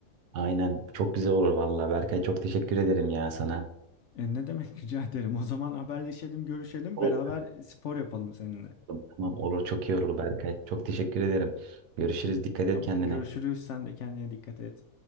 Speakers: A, on the right; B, on the left.
A: Aynen. Çok güzel olur vallahi Berkay. Çok teşekkür ederim ya sana.
B: E, ne demek <laughs> rica ederim. O zaman haberleşelim, görüşelim,
A: Olur.
B: beraber spor yapalım seninle.
A: Tamam olur. Çok iyi olur Berkay. Çok teşekkür ederim. Görüşürüz. Dikkat et
B: Tamam.
A: kendine.
B: Görüşürüz. Sen de kendine dikkat et.